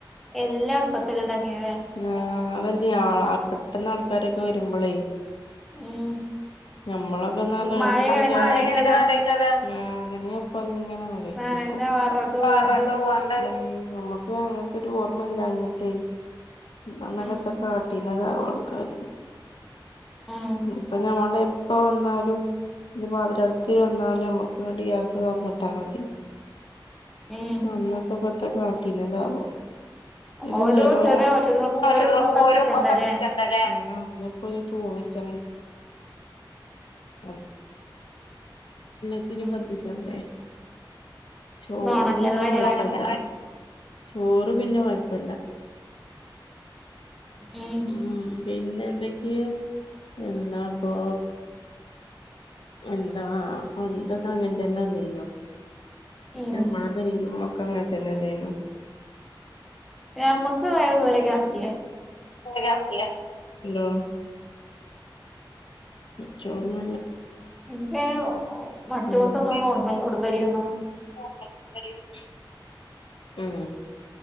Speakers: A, in the centre; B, on the left (about 80°).
A: എല്ലാം അട്പ്പത്തെന്നെ ഉണ്ടാക്കിനെ ലെ
B: ആ അതല്ലേ ആ പെട്ടെന്ന് ആൾക്കാരൊക്കെ വരുമ്പളേ
A: ഉം
B: ഞമ്മളൊക്കെന്ന് പറഞ്ഞ
A: മഴ
B: എളപ്പണ്ട്
A: കണക്കുന്ന
B: ആ
A: ആലോചിച്ചോക്ക
B: അതെന്നെ ഞാപ്പത്ങ്ങനെ ആലോയ്ച്ചോക്കും
A: നനഞ്ഞ വറൊക്കെ
B: ക്കും
A: കൊണ്ട്
B: അങ്ങൻത്തൊരു ഓർമ്മല്ലാഞ്ഞിട്ടേ അന്നൊക്കെ
A: ഉം
B: എത്താ കാട്ടീനതാവോ ആൾക്കാര്
A: ഉം
B: ഇപ്പൊ ഞമ്മള് പ്പ വന്നാലും ത് പാതിരാത്രി വന്നാലും നമ്മക്കങ്ങട്ട് ഗ്യസ് തൊർന്ന്ട്ടാ മതി
A: ഉം
B: അന്നൊക്കെപ്പെത്താ കാട്ടീനതാവോ ഇന്ന്
A: ഓരോ
B: ചെലോല്
A: ചെറിയ ഔഷധങ്ങൾക്ക് പോലും
B: ഔഷധങ്ങക്ക്
A: അത് കത്തിച്ചണ്ടല്ലേ
B: പോലും കത്തിച്ചണ്ടല്ലേ തൂമ്മിച്ചണെങ്കി <unintelligible> ത്തിനും
A: ഉം
B: കത്തിച്ചണ്ടേ ചോറ്
A: നോണല്ല
B: പിന്നെ
A: കാര്യം
B: കൊഴപ്പല്ല
A: പറയണ
B: ചോറ് പിന്നെ കൊഴപ്പല്ല
A: ഉം
B: ഉം പിന്നെന്തൊക്കെ എന്താപ്പൊ എന്താ പണ്ടൊക്കെ അങ്ങൻത്തെന്നല്ലേന്നോ
A: ഉം
B: ഞമ്മളെ പെരേലും മ്മക്കെ അങ്ങൻത്തെന്നല്ലേന്നോ
A: ഞമ്മക്ക് ആയ മുതലേ ഗ്യാസ് ല്ലേ
B: ഗ്യാസ് ഇല്ലേ എന്തോ ഇച്ചോർമ്മല്ല
A: ഇൻക്കയ്ന് മറ്റോട്ത്ത്ന്നൊന്നും
B: ഉം
A: ഓർമ്മല്ല വ്ടംവരെന്നും
B: <unintelligible> ഉം